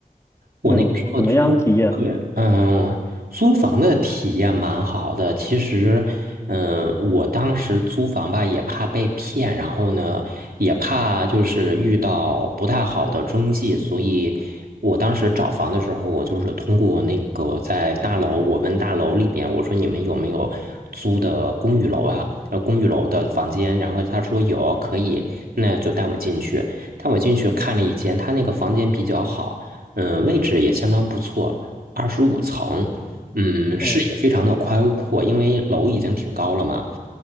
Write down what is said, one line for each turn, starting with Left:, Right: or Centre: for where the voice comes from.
Right: 我那个时候租，
Left: 嗯，怎么样体验？
Right: 对，嗯，租房的体验蛮好的。其实，嗯，我当时租房吧，也怕被骗，然后呢，也怕就是遇到不太好的中介，所以我当时找房的时候，我就是通过那个在大楼，我问大楼里边，我说你们有没有租的公寓楼啊？呃，公寓楼的房间，然后他说有，可以，那就带我进去，带我进去看了一间，他那个房间比较好。嗯、呃位置也相当不错，二十五层，嗯，视野非常的宽阔，
Left: 嗯，
Right: 因为楼已经挺高了嘛。